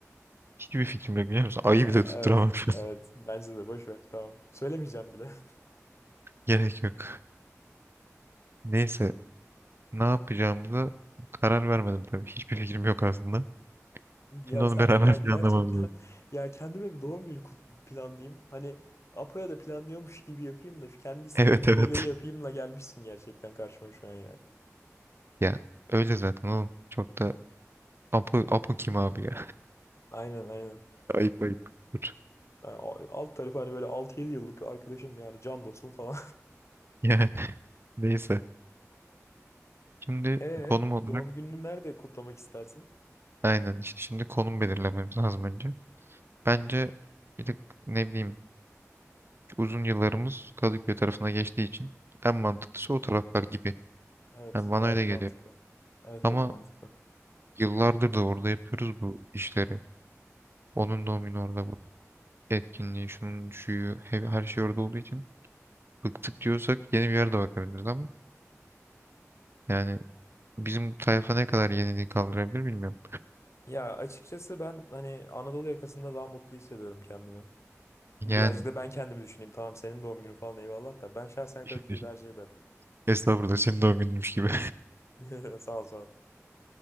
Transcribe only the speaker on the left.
Ya
evet,
evet.
Bence de boş ver. Tamam. Söylemeyeceğim bile. <laughs>
Ya
sen
ya
gerçekten
ya kendime bir doğum günü kut- planlayayım. Hani Apo'ya da planlıyormuş gibi yapayım da şu kendi istediğim
bir
şeyleri yapayımla gelmişsin gerçekten karşıma şu an ya.
Aynen aynen.
Yani a- alt tarafı hani böyle 6 yedi yıllık arkadaşım yani can dostum falan.
<laughs> E
doğum gününü nerede kutlamak istersin?
Evet,
gayet
mantıklı.
Evet evet
mantıklı.
Ya açıkçası ben hani Anadolu yakasında daha mutlu hissediyorum kendimi.
Birazcık da ben kendimi düşüneyim. Tamam senin doğum günü falan eyvallah da. Ben şahsen
Kadıköy'ü tercih ederim.
<laughs> Sağ ol sağ ol.